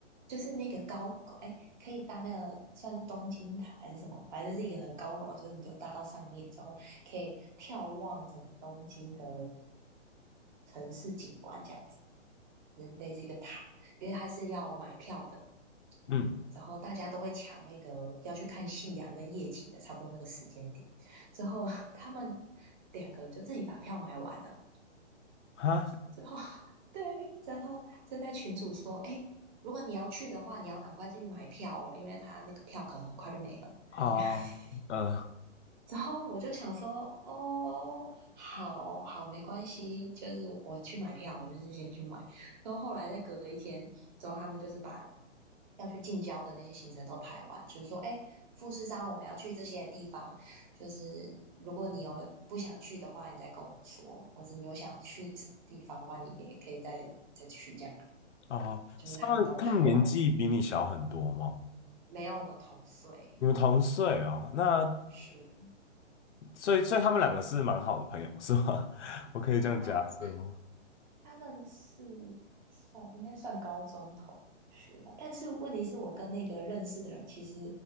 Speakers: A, on the right; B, on the left.
A: 就是那个高，哎，可以搭那个算是东京塔还是什么，反正就是一个很高楼，就是你就搭到上面之后，可以眺望整个东京的城市景观这样子，嗯，类似一个塔，因为它是要买票的，
B: 嗯，
A: 然后大家都会抢那个要去看夕阳跟夜景的，差不多那个时间点。之后 <laughs> 他们两个就自己把票买完了，
B: 哈
A: 之后 <laughs> 对，然后就在群主说，哎，如果你要去的话，你要赶快进去买票哦，因为他那个票可能很快就没了。
B: 啊呃
A: <laughs> 之后我就想说，哦，好好，没关系，就是我去买票，我就是先去买。然后后来再隔一天之后，他们就是把要去近郊的那些行程都排完，就是说，哎，富士山我们要去这些地方，就是如果你有不想去的话，你再跟我说，或者你有想去什么地方的话，你也可以再再去这样。
B: 啊，
A: 就是他们都排完了，
B: 他们他们年纪比你小很多吗？
A: 没有我们同岁，
B: 你们同岁哦，那
A: 是。
B: 所以所以他们两个是蛮好的朋友，是吗？<laughs> 我可以这样假设吗？
A: 他他们是算应该算高中同学吧，但是问题是我跟那个认识的人，其实